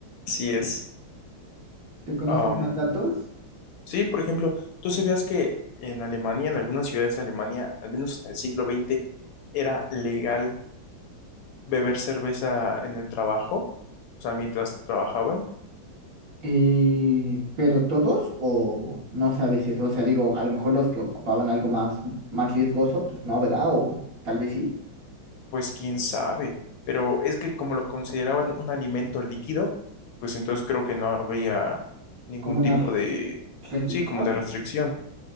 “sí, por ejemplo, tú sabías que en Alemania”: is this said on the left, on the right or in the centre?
Left